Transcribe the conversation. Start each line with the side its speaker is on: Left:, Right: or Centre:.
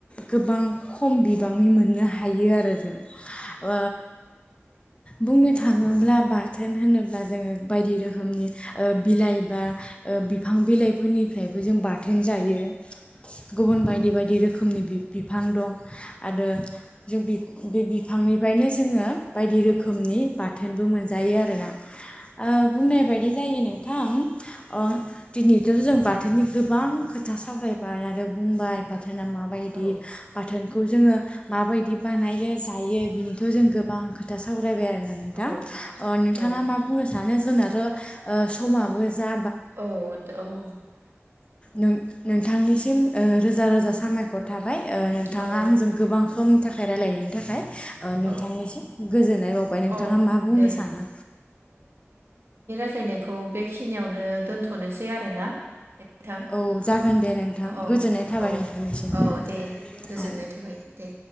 Left: गोबां खम बिबाङै मोननो हायो आरो जों। ओ बुंनो थाङोब्ला बाथोन होनोब्ला जोङो बायदि रोखोमनि ओ बिलाइ बा ओ बिफां बिलाइफोरनिफ्रायबो जों बाथोन जायो। गुबुन बायदि बायदि रोखोम रोखोमनि बिफां दं आरो जों बे बिफांनिफ्रायनो जोङो बायदि रोखोमनि बाथोनबो मोनजायो आरोना। ओ बुंनाय बायदि दि जायो नोंथां ओ दिनैथ' जों बाथोननि गोबां खोथा सावरायबाय आरो बुंबाय ब बाथोना माबायदि
Right: औ
Left: बाथोनखौ जोङो माबायदि बि बानायो। दायो बिनिथ' जों गोबां खोथा सावरायबाय आरो नोंथां
Right: औ
Left: नोंथाङा
Right: औ
Left: मा बुंनो सानो जुनार ओ समाबो जा
Right: औ औ।
Left: नों नोंथांनिसिम रोजा रोजा साबायखर थाबाय। नोंथाङा
Right: औ
Left: आंजों गोबां समनि थाखाय। रायलायनायनि थाखाय। बि <unintelligible> नोंथांनिसिम
Right: औ
Left: गोजोननाय बावबाय नोंथाङा
Right: औ
Left: मा बुंनो
Right: दे
Left: सानो।
Right: ज्लायनायखौ बेखिनियावनो दोनथ'नोसै आरोना। नोंथां
Left: औ जागोन दे नोंथां
Right: औ
Left: गोजोननाय थाबाय
Right: औ
Left: नोंथांनिसिम
Right: औ दे गोजोननाय
Left: औ।
Right: थाबाय दे